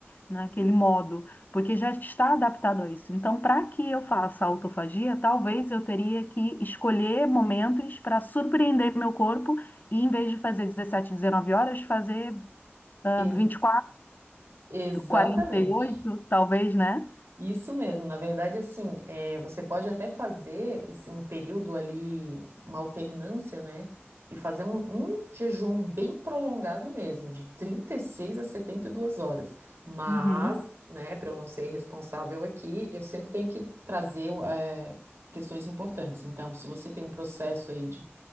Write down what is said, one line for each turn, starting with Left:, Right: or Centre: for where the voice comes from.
Left: naquele modo, porque já está adaptado a isso. Então, para que eu faça autofagia, talvez eu teria que escolher momentos para surpreender meu corpo e, em vez de fazer 17, 19 horas, fazer ah,
Right: Ex-
Left: vinte e
Right: exatamente.
Left: 48, talvez, né?
Right: Isso mesmo, na verdade, assim, é, você pode até fazer esse, um período ali, uma alternância, né? E fazer um, um jejum bem prolongado mesmo, de 36 a 72 horas. Mas,
Left: Uhum.
Right: Uhum. né, para eu não ser irresponsável aqui, eu sempre tenho que trazer, eh, questões importantes. Então, se você tem um processo aí de